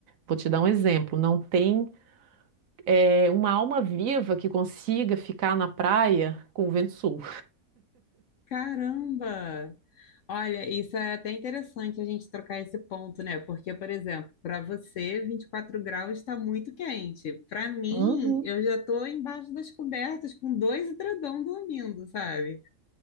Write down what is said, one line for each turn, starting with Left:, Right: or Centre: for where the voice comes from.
Right: vou te dar um exemplo, não tem, é, uma alma viva que consiga ficar na praia com o vento sul.
Left: Caramba! Olha, isso é até interessante a gente trocar esse ponto, né? Porque, por exemplo, para você, 24 graus está muito quente. Para mim,
Right: Uhum.
Left: eu já estou embaixo das cobertas com dois edredom dormindo, sabe?